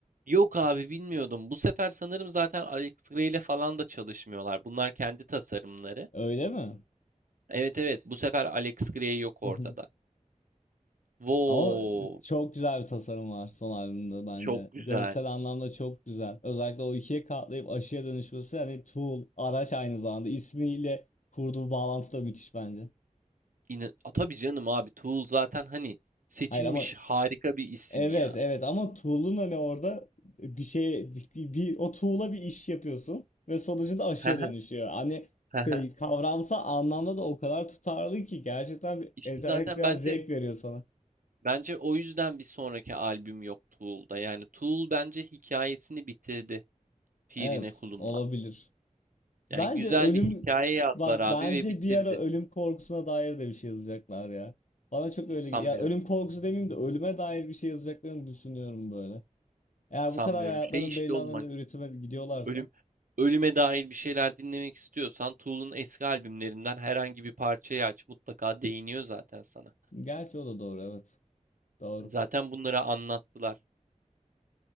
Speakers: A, on the right; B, on the left.
A: Yok abi bilmiyordum. Bu sefer sanırım zaten Alex Gray ile falan da çalışmıyorlar. Bunlar kendi tasarımları.
B: Öyle mi?
A: Evet evet bu sefer Alex Gray yok
B: <laughs>
A: ortada. Wow,
B: Ama çok güzel bir tasarım var son albümde bence.
A: çok güzel.
B: Görsel anlamda çok güzel. Özellikle o ikiye katlayıp aşıya dönüşmesi hani tool, araç aynı zamanda ismiyle kurduğu bağlantı da müthiş bence.
A: İnan A, tabii canım abi Tool zaten hani seçilmiş
B: Hayır ama
A: harika bir isim
B: Evet
A: ya.
B: evet ama tuğlun hani orada bir şey bir, bir- o tuğla bir iş yapıyorsun ve sonucunda aşıya
A: Hehe,
B: dönüşüyor. Hani
A: hehe.
B: k- kavramsal anlamda da o kadar tutarlı ki gerçekten bir
A: İşte
B: entelektüel
A: zaten bence
B: zevk veriyor sana.
A: bence o yüzden bir sonraki albüm yok Tool'da. Yani Tool bence hikayesini bitirdi Firine
B: Evet
A: Kulum'la.
B: olabilir.
A: Yani
B: Bence
A: güzel
B: ölüm
A: bir hikaye yazdılar
B: bak
A: abi
B: bence
A: ve bitirdi.
B: bir ara ölüm korkusuna dair de bir şey yazacaklar ya. Bana çok öyle
A: Sanmıyorum.
B: ge- ya ölüm korkusu demeyeyim de ölüme dair bir şey yazacaklarını düşünüyorum böyle. Eğer
A: Sanmıyorum.
B: bu kadar hayatların
A: Şey işte
B: belli
A: oğlum
B: alanında
A: hani
B: üretime gidiyorlarsa.
A: ölüm ölüme dair bir şeyler dinlemek istiyorsan Tool'un eski albümlerinden herhangi bir parçayı aç. Mutlaka değiniyor zaten sana.
B: Gerçi o da doğru evet. Doğru.
A: Yani Zaten bunları anlattılar.